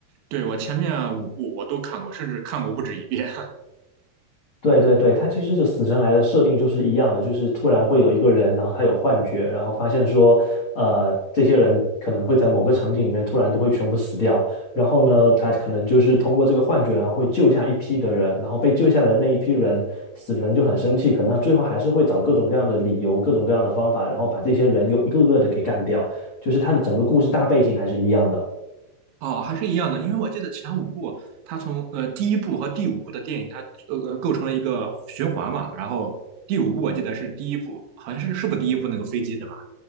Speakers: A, on the right; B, on the left.
A: 对，我前面五部我都看过，甚至看过不止一遍。
B: 对对对，他其实就死神来的设定就是一样的，就是突然会有一个人，然后他有幻觉，然后发现说，呃，这些人可能会在某个场景里面突然都会全部死掉，然后呢，他可能就是通过这个幻觉，然后会救下一批的人，然后被救下的那一批人，死神就很生气，可能最后还是会找各种各样的理由、各种各样的方法，然后把这些人又一个个的给干掉，就是他的整个故事大背景还是一样的。
A: <laughs> 哦，还是一样的，因为我记得前五部，它从呃第一部和第五部的电影，它呃构成了一个循环嘛。然后第五部我记得是第一部，好像是是不是第一部那个飞机对吧？